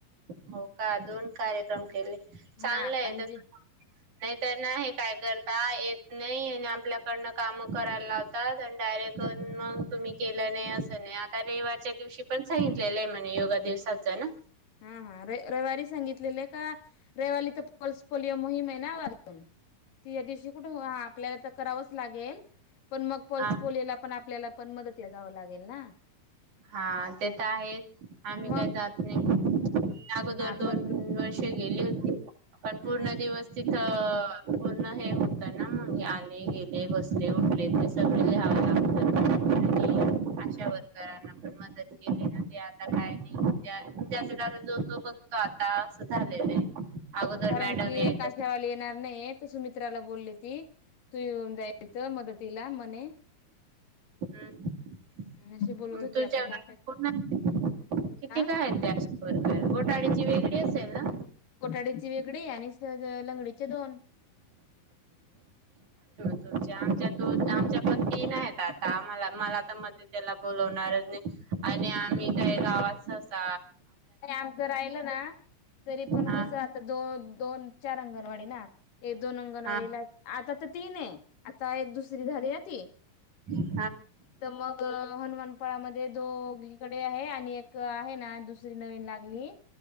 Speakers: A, on the right; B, on the left.
A: हो का दोन कार्यक्रम केले चांगले
B: हा
A: आहे
B: म्हणजे
A: तस नाही तर ना हे काय करता येत नाही आणि आपल्याकडन काम करायला लावतात आणि डायरेक्ट मग तुम्ही केल्या नाही असं नाही आता रविवारच्या दिवशी पण सांगितलेलं आहे म्हणे योगा दिवसाच ना
B: हा हा र रविवारी सांगितलेले आहे का रविवारी तर पल्स पोलिओ मोहीम आहे त या दिवशी कुठे आपल्याला तर करावंच लागेल पण मग पल्स
A: हा
B: पोलिओ पण आपल्याला पण मदतीला जावं लागेल ना
A: हा ते तर आहे आम्ही
B: मग
A: काही जात नाही अगोदर
B: हा
A: दोन
B: पण
A: वर्षे गेली होती पण पूर्ण
B: हा
A: दिवस तिथं पूर्ण हे होत ना मगे आले गेले बसले उठले ते सगळे घ्याव लागतात आणि अशा वर्करांना पण मदत केली ना ते आता काय नाही ज्याचं त्याचं जो तो बघतो आता असं झालेलं आहे अगोदर
B: कारण
A: मॅडम
B: की
A: यायच्या
B: एकाशावाला येणार नाही तर सुमित्राला ब बोलली ती तू येऊन जायच मदतीला म्हणे
A: हम्
B: अशी बोलत होती
A: तुझ्या
B: आता काय
A: को किती
B: हा
A: काय आहे त्याच बरोबर घोटाळेची वेगळी असेल ना
B: कोठाडीची वेगळी आहे लंगडीचे दोन
A: तुमच्या आमच्या दोन
B: हा
A: आमच्या पण तीन आहेत आता मला मला तर मदतीला बोलवणारच नाही आणि आम्ही काय गावातअसा
B: नाही आमच राहिलं ना तरी पण
A: हा
B: कसं आता दोन दोन चार अंगणवाडी ना दोन अंगणवाडीला
A: हा
B: आता तर तीन आहे आता एक दुसरी झाली ना ती
A: हम्
B: तर मग हनुमानपळामध्ये दो इकडे आहे आणि एक आहे ना दुसर नवीन लागली